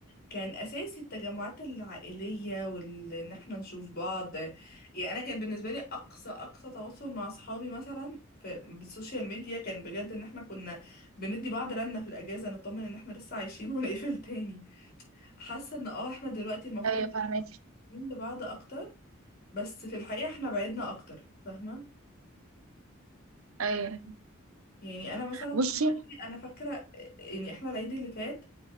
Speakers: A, on the left; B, on the right.
A: كان اساسي التجمعات العائليه وان احنا نشوف بعض يعني انا كان بالنسبه لي اقصى اقصى تواصل مع اصحابي مثلا في بالسوشيال ميديا كان بجد ان احنا كنا بندي بعض رنة في الأجازة نطمن إن احنا لسه عايشين ونقفل تاني حاسة إن اه احنا دلوقتي المفروض
B: ايوه فاهمك
A: قريبين لبعض أكتر بس في الحقيقة احنا بعدنا أكتر فاهمة؟
B: ايوه
A: يعني أنا مثلا دلوقتي
B: بصي
A: أنا فاكرة يعني احنا العيد اللي فات